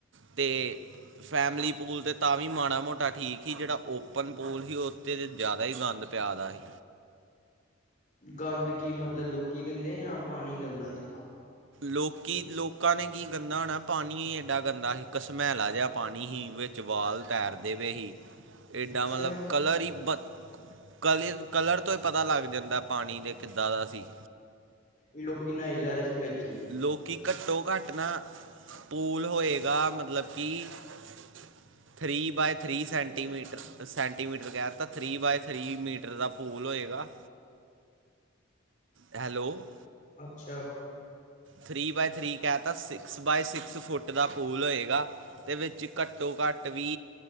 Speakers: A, on the right (about 65°); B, on the left (about 35°).
A: ਅਤੇ ਫੈਮਿਲੀ ਪੂਲ ਤੇ ਤਾਂ ਵੀ ਮਾੜਾ ਮੋਟਾ ਠੀਕ ਸੀ। ਜਿਹੜਾ ਓਪਨ ਪੂਲ ਸੀ ਉਹਤੇ ਜ਼ਿਆਦਾ ਹੀ ਗੰਦ ਪਿਆਦਾ ਸੀ।
B: ਗੰਦ ਕੀ ਮਤਲਬ ਲੋਕੀ ਗੰਦੇ ਹੀ ਜਾਂ ਪਾਣੀ ਗੰਦਾ ਸੀ।
A: ਲੋਕੀ ਲੋਕਾਂ ਨੇ ਕੀ ਗੰਦਾ ਹੋਣਾ ਪਾਣੀ ਹੀ ਏਡਾ ਗੰਦਾ ਸੀ। ਘਸਮੈਲਾ ਜਿਹਾ ਪਾਣੀ ਸੀ ਵਿੱਚ ਚ ਵਾਲ ਤੈਰਦੇ ਪਏ ਸੀ ਏਡਾ
B: ਅੱਛਾ
A: ਮਤਲਬ ਕਲਰ ਹੀ ਬ ਕਲਰ ਕਲਰ ਤੋਂ ਹੀ ਪਤਾ ਲੱਗ ਜਾਂਦਾ ਪਾਣੀ ਦੇ ਕਿੱਦਾਂ ਦਾ ਸੀ।
B: ਵੀ ਲੋਕੀ ਨਾਈ ਜਾ ਰਹੇ ਸੀ ਵਿੱਚ ਈ।
A: ਲੋਕ ਘੱਟੋ, ਘੱਟ ਨਾ ਪੂਲ ਹੋਏਗਾ ਮਤਲਬ ਕਿ <unintelligible> three by three centimetre, centimetre ਕਹਿ ਤਾਂ ਥ੍ਰੀ ਬਾਏ ਥ੍ਰੀ ਮੀਟਰ ਦਾ ਪੂਲ ਹੋਏਗਾ। ਹੈਲੋ।
B: ਅੱਛਾ।
A: ਥ੍ਰਰੀ ਬਾਏ ਥ੍ਰਰੀ ਕਹਿ ਤਾ ਸਿਕਸ ਬਾਏ ਸਿਕਸ ਫੁੱਟ ਦਾ ਪੂਲ ਹੋਏਗਾ। ਦੇ ਵਿੱਚ ਘੱਟੋ, ਘੱਟ ਵੀ